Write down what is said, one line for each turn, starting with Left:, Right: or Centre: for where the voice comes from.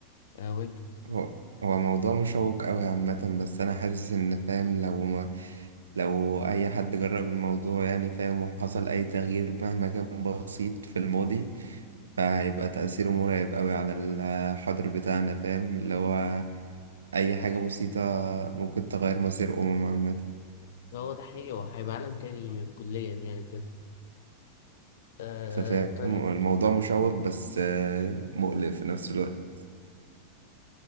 Left: آه، وأنت
Right: هو هو موضوع مشوق قوي عامة بس انا حاسس ان فاهم لو ما لو اي حد جرب الموضوع يعني فاهم وحصل اي تغيير مهما كان بسيط في الماضي فهيبقى تأثيره مرعب قوي على الحاضر بتاعنا فاهم اللي هو اي حاجة بسيطة ممكن تغير مصير امم عامة
Left: هو ده حقيقي هو هيبقى عالم تاني كليا يعني كده آه
Right: انت فاهم
Left: طيب
Right: الموضوع مشوق بس آه، مقلق في نفس الوقت